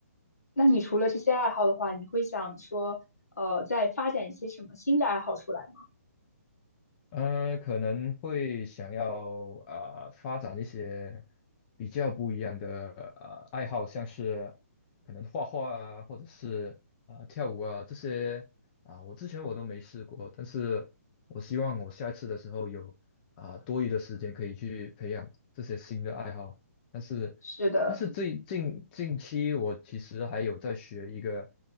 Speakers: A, on the left; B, on the left.
A: 那你除了这些爱好的话，你会想说，呃，再发展一些什么新的爱好出来吗？
B: 呃，可能会想要啊、呃发展一些比较不一样的呃爱好，像是可能画画啊，或者是啊、呃跳舞啊这些啊、我之前我都没试过，但是我希望我下一次的时候有啊、多余的时间可以去培养这些新的爱好，但是。
A: 是的，
B: 但是最近近期，我其实还有在学一个